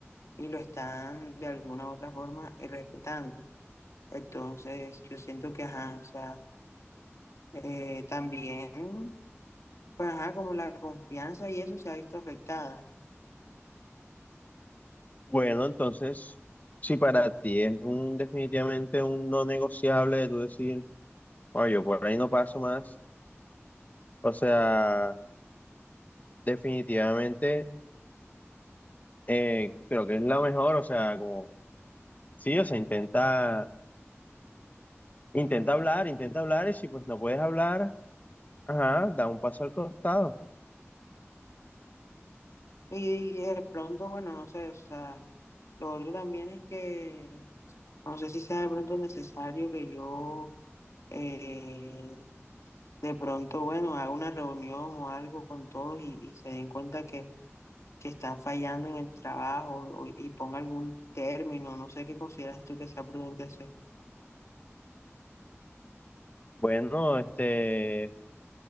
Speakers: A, on the left (about 85°); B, on the left (about 35°).
A: y lo están de alguna u otra forma eh, respetando. Entonces yo siento que ajá, o sea, eh, también pues ajá, como la confianza y eso se ha visto afectada.
B: Bueno, entonces, si para ti es un definitivamente un no negociable de tú decir, bueno, yo por ahí no paso más, o sea, definitivamente eh, creo que es la mejor, o sea, como, sí, o sea, intenta, intenta hablar, intenta hablar, y si pues no puedes hablar, ajá, da un paso al costado.
A: Y, y de pronto, bueno, no sé, o sea, lo otro también es que no sé si sea de pronto necesario que yo eh, de pronto, bueno, haga una reunión o algo con todos y, y se den cuenta que, que están fallando en el trabajo o- y ponga algún término, no sé qué consideras tú que sea prudente hacer.
B: Bueno, este,